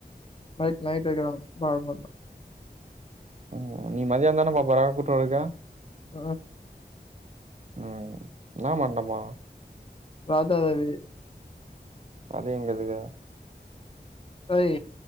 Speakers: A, on the left; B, on the right.
A: நைட் நைட் வைக்கிறாங்க பாதாம் <unintelligible>
B: ம் நீ மதியானந்தானப்பா போற கூட்ரோருக்கா
A: ஆ
B: ம் இன்னா மண்டபோ
A: ராதா ரவி
B: அது எங்கதுக்கு
A: ஓய்